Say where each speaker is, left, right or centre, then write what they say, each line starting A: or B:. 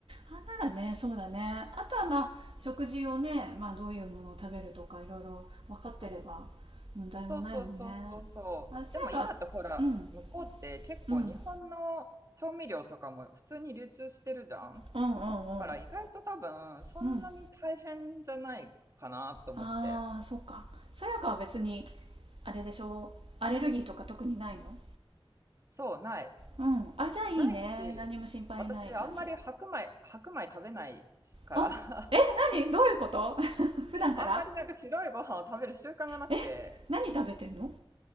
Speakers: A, on the right (about 70°); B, on the right (about 35°).
A: あならねそうだねあとはまあ食事をね、まあ、どういうものを食べるとかいろいろ分かってれば問題もないもんね
B: そうそうそうそうそう。
A: あさやかうん
B: でも今ってほら、向こうって結構日本の調味料とかも普通に流通してるじゃん。
A: うんうんうんうん
B: だから意外と多分、そんなに大変じゃないかなと思って。
A: うんああーそうかさやかは別にあれでしょうアレルギーとか特にないの
B: そう、ない。
A: うんあじゃあいいね何も心配ない感じ
B: ないし、私、あんまり白米、白米食べないから、
A: あえ何どういうこと
B: <laughs>
A: <laughs> 普段から
B: あんまりなんか白いご飯を食べる習慣がなくて、
A: え何食べてんの